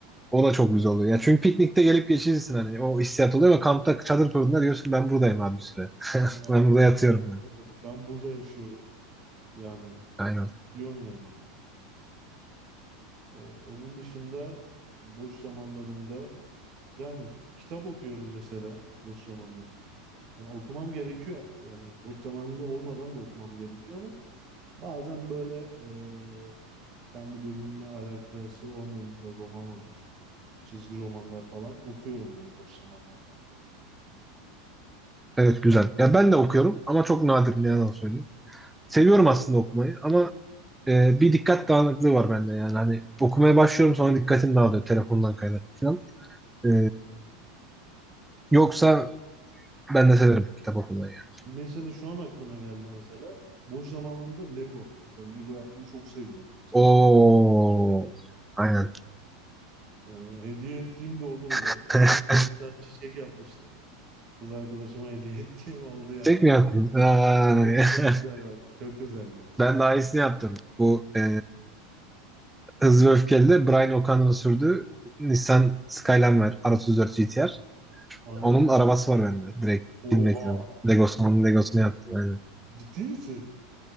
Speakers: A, in the centre; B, on the right.
A: O da çok güzel oluyor. Ya çünkü piknikte gelip geçirirsin hani. O hissiyat oluyor ama kampta çadır kurduğunda diyorsun ki ben buradayım abi bir süre. <laughs>
B: Ben artık
A: Ben burada
B: burada,
A: yatıyorum. Yani.
B: burada kalıp ben burada yaşıyorum. Yani
A: Aynen.
B: biliyorsun yani. O, onun dışında boş zamanlarımda yani kitap okuyorum mesela boş zamanlarımda. Yani okumam gerekiyor. Yani boş zamanında olmadan da okumam gerekiyor ama bazen böyle e, kendi bölümümle alakası olmayan mesela roman olur. Çizgi romanlar falan okuyorum yani boş zamanlarımda.
A: Evet güzel. Ya ben de okuyorum ama çok nadir ne yalan söyleyeyim. Seviyorum
B: Ha, benim
A: aslında okumayı ama e, bir dikkat dağınıklığı var bende yani. Hani okumaya başlıyorum sonra dikkatim dağılıyor telefondan kaynaklı falan. E, yoksa ben de severim kitap okumayı. Yani.
B: Mesela şu an aklıma geldi mesela. Boş zamanlarımda Lego. Mesela Lego yapmayı çok seviyorum mesela.
A: Oo. Aynen.
B: Yani hediye ettiğim de oldu böyle.
A: <laughs>
B: Ufak böyle bir tane çiçek yapmıştım. Kız arkadaşıma hediye <laughs> ettiğim oldu yani.
A: Tek mi yaptın? Ay.
B: Abi çok
A: <laughs>
B: güzel bak. Çok güzeldi.
A: Ben daha iyisini yaptım. Bu e, Hızlı ve Öfkeli'de Brian O'Connor'ın sürdüğü Nissan Skyline var. R34 GT-R.
B: Aynen.
A: Onun arabası var bende. Direkt
B: Oha.
A: bilmek yani. Legosunu, onun Legosunu yaptım. Yani.
B: Ciddi misin?